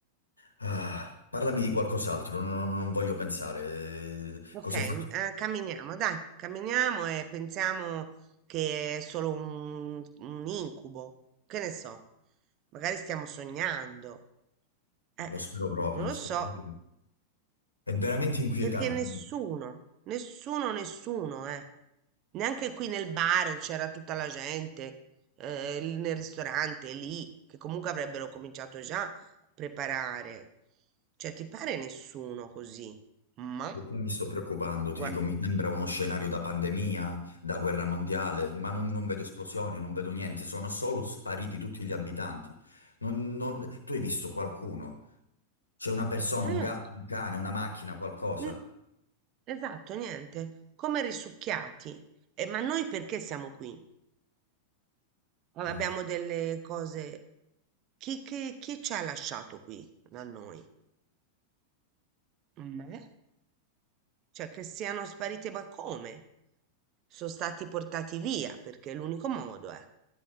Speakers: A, on the left; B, on the right.
A: Ah, parlami di qualcos'altro, non, non- non voglio pensare. Eh, Cosa
B: ok,
A: hai fatto?
B: eh, camminiamo, dai, camminiamo e pensiamo che è solo un, un incubo. Che ne so, magari stiamo sognando. Eh,
A: Lo spero proprio,
B: non
A: lo
B: lo
A: spero
B: so,
A: proprio. È veramente inquietante.
B: perché nessuno, nessuno, nessuno, eh. Neanche qui nel bar c'era tutta la gente, eh, l- nel ristorante lì, che comunque avrebbero cominciato già a preparare. Cioè, ti pare nessuno così? Ma?
A: E qua Mi sto preoccupando, ti
B: Guarda,
A: dico, mi sembra uno scenario da pandemia, da guerra mondiale, ma non, non vedo esplosioni, non vedo niente, sono solo spariti tutti gli abitanti. Non- non- Tu hai visto qualcuno? C'è una persona,
B: no,
A: un gatto, un cane, una macchina, qualcosa?
B: n- esatto, niente, come risucchiati. Eh, ma noi perché siamo qui? Ah,
A: Non
B: Abbiamo delle cose. Chi, chi, chi ci ha lasciato qui da noi? Me? Cioè che siano sparite, ma come? Sono stati portati via perché è l'unico modo, eh.